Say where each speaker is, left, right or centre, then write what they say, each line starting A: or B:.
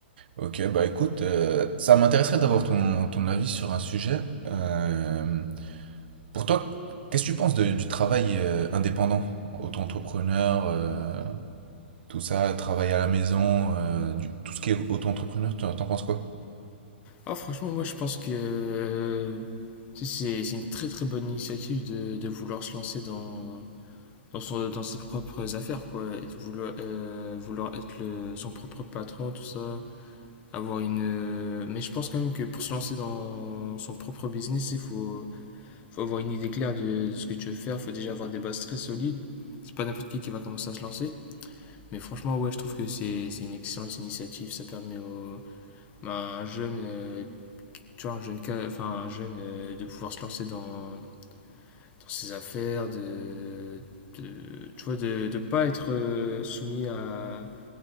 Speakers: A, on the right; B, on the left.
A: Ok, bah écoute, euh, ça m'intéresserait d'avoir ton, ton avis sur un sujet. Euh, pour toi, qu'est-ce que tu penses de- du travail euh, indépendant? Auto-entrepreneur, euh, tout ça, travail à la maison, euh, du- tout ce qui est auto-entrepreneur, t'en t'en penses quoi?
B: Ah, franchement, moi je pense que euh, tu sais, c'est c'est une très très bonne initiative de, de vouloir se lancer dans, dans, son, dans ses propres affaires, quoi. Et de vouloir, euh, vouloir être le- son propre patron, tout ça. Avoir une. euh, Mais je pense quand même que pour se lancer dans son propre business, il faut, faut avoir une idée claire de, de ce que tu veux faire. Il faut déjà avoir des bases très solides. C'est pas n'importe qui qui va commencer à se lancer. Mais franchement, ouais, je trouve que c'est c'est une excellente initiative. Ça permet au, à un jeune, euh, tu vois, un jeune, ca- enfin, un jeune euh, de pouvoir se lancer dans, dans ses affaires, de, de- tu vois, de ne pas être euh, soumis à,